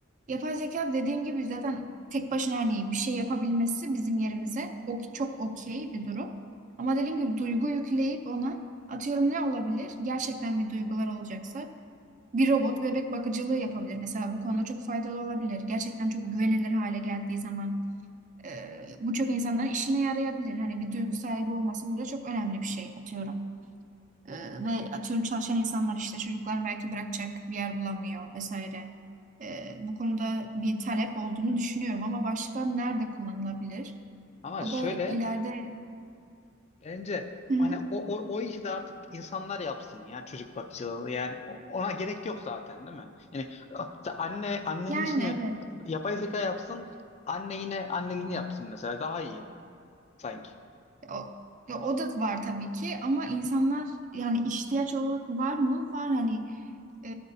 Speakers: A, on the right; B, on the left.
A: Yapay zeka dediğim gibi zaten tek başına hani bir şey yapabilmesi bizim yerimize o çok okey bir durum. Ama dediğim gibi duygu yükleyip ona atıyorum ne olabilir? Gerçekten bir duygular olacaksa bir robot bebek bakıcılığı yapabilir. Mesela bu konuda çok faydalı olabilir. Gerçekten çok güvenilir hale geldiği zaman e, bu çok insanların işine yarayabilir. Hani bir duygu sahibi olması burada çok önemli bir şey atıyorum. E, ve atıyorum çalışan insanlar işte çocuklar belki bırakacak bir yer bulamıyor vesaire. E, bu konuda bir talep olduğunu düşünüyorum ama başka nerede kullanılabilir?
B: Ama
A: O
B: şöyle
A: da ileride
B: bence
A: Hı hı.
B: hani o, o, o işi de artık insanlar yapsın ya çocuk bakıcılığı yani o- ona gerek yok zaten değil mi? Yani o- sen anne annenin
A: Yani
B: işini
A: evet.
B: yapay zeka yapsın anne yine anneliğini yapsın mesela daha iyi sanki.
A: O, ya o da var tabii ki ama insanlar yani ihtiyaç olarak var mı? Var hani e,